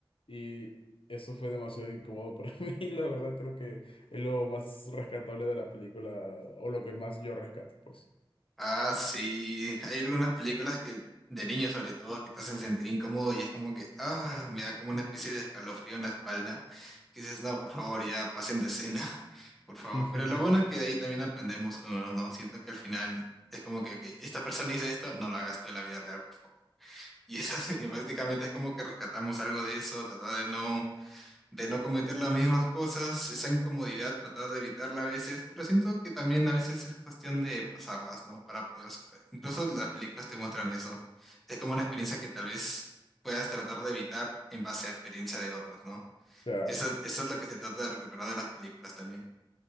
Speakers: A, on the left; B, in the centre.
A: y eso fue demasiado incómodo para <laughs> mí, la verdad creo que es lo más rescatable de la película o lo que más yo rescato, pues.
B: Ah, sí, hay algunas películas que, de niños sobre todo, que te hacen sentir incómodo y es como que, ah, me da como una especie de escalofrío en la espalda, que dices, no, por favor, ya pasen de escena, <laughs> por favor.
A: <laughs>
B: Pero lo bueno es que de ahí también aprendemos, juntos, ¿no? Siento que al final es como que, ok, esta persona hizo esto, no lo hagas tú en la vida real, por favor. <laughs> Y es así, <laughs> prácticamente es como que rescatamos algo de eso, tratar de no de no cometer las mismas cosas, esa incomodidad, tratar de evitarla a veces, pero siento que también a veces es cuestión de pasarlas, ¿no? Para poder superar. Incluso las películas te muestran eso. Es como una experiencia que tal vez puedas tratar de evitar en base a experiencia de otros, ¿no?
A: Claro,
B: Eso, eso es lo que se trata de recuperar de las películas también.